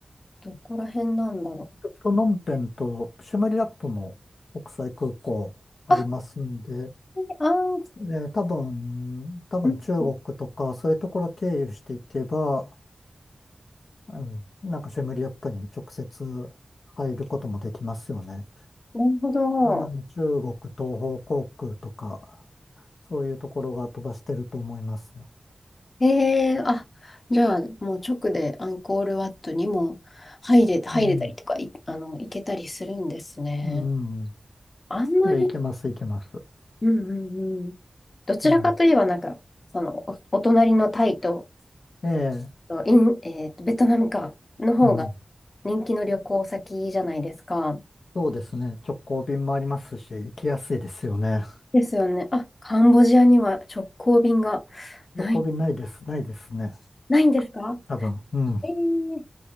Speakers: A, on the left; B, on the left.
A: どこら辺なんだろう。
B: プノンペンとシュメリアップも国際空港ありますんで、
A: あ、あー、
B: え多分、多分中国とかそういうところ経由していけば、
A: うん
B: うん、なんかシェムリアップに直接入ることもできますよね。
A: なるほど。
B: あの中国東方航空とか、そういうところが飛ばしてると思います。
A: ええあ、じゃあ、もう直でアンコールワットにも入れ、入れたりとか、
B: うん、
A: い、あの、行けたりするんですね。
B: うん、
A: あんまり、
B: いけます、いけます。
A: うんうんうん。どちらかといえば、
B: うん、
A: なんか、その、お、お隣のタイと、
B: ええ、
A: と、イン、えーと、ベトナムか、の方が
B: うん、
A: 人気の旅行先じゃないですか。
B: そうですね。直行便もありますし、行きやすいですよね。
A: ですよね。あ、カンボジアには直行便がない、
B: 直行便ないです、ないですね。
A: ないんですか
B: 多分、うん、
A: えー